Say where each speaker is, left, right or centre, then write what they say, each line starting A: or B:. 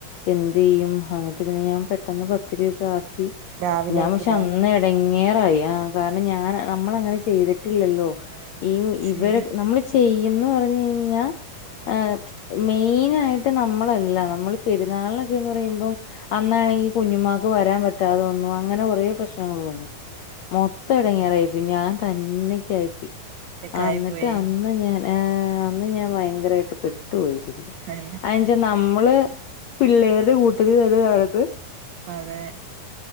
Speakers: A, on the left (about 75°); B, on the right (about 70°).
A: എന്ത് ചെയ്യും അന്നിട്ട് പിന്നെ ഞാൻ പെട്ടെന്ന് പത്തിരി ഒക്കെ ആക്കി
B: രാവിലെക്കില്ലേ
A: ഞാൻ പക്ഷേ അന്ന് ഇടങ്ങേറായി ആ കാരണം ഞാൻ നമ്മള് അങ്ങനെ ചെയ്തിട്ടി ട്ടില്ലല്ലോ
B: അതാണ്
A: ഈ
B: ശീലം
A: ഇവരെ നമ്മള് ചെയ്യുമെന്ന് പറഞ്ഞ് കഴിഞ്ഞഞ്ഞാ ൽ ആഹ് മെയിൻ ആയിട്ട് നമ്മളല്ല നമ്മള് പെരുന്നാളിനെക്കെന്ന് പറയുമ്പോ അന്നാണെങ്കിൽ കുഞ്ഞുമാക്ക് വരാൻ പറ്റാതെ വന്നു അങ്ങനെ കൊറേ പ്രശ്നങ്ങളന്നു
B: അതെ
A: മൊ ത്തടങ്ങറായിപ്പോയി ഞാൻ തന്നക്കായിപ്പോയി
B: ഒറ്റക്കായി
A: അന്നിട്ടാ
B: പോയി
A: അന്ന് ഞാൻ അന്ന് ഞാൻ ഭയങ്കരായിട്ട് പെട്ടു പോയി ശരിക്കും
B: ഏഹ്
A: ഐഞ്ചി നമ്മള് പിള്ളേരുടെ കൂട്ടത്തില് നടന്ന്
B: അതെ